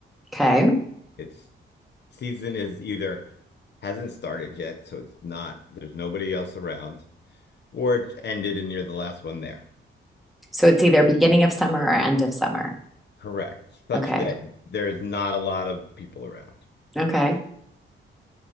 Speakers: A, in the centre; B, on the left.
A: Okay.
B: It's season is either hasn't started yet, so it's not, there's nobody else around, or it's ended and you're the last one there.
A: So it's either beginning of summer or end of summer.
B: Correct. Such
A: Okay.
B: that there is not a lot of people around.
A: Okay.